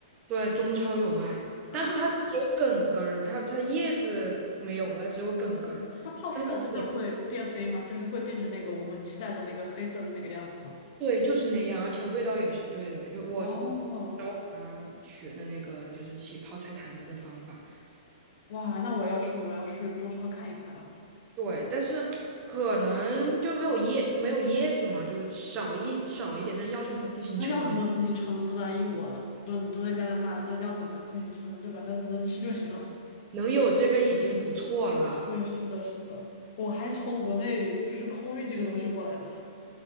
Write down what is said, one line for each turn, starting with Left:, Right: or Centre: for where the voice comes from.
Right: 对，中超有卖，
Left: 啊？
Right: 但是它是只有梗根儿，它它叶子没有了，只有梗根儿。
Left: 哦，它泡出来真的会变黑吗？
Right: 但是也
Left: 就是会变成那个我们期待的那个黑色的那个样子吗？
Right: 对，就是那样，而且味道也是对的。因为我我教我妈学的那个就是起泡菜坛子的方法，
Left: 哦，哇，那我要去，我要去中超看一看了。
Right: 对，但是可能就没有叶没有叶子嘛，就少一少一点。那要什么自行车？
Left: 那要什么自行车呢？都在英国了，都都在加拿大了，那要怎么自行车呢？对吧？能能吃就行了。
Right: 能有这个已经不错了。
Left: 对，是的，是的，我还从国内就是空运这个东西过来的，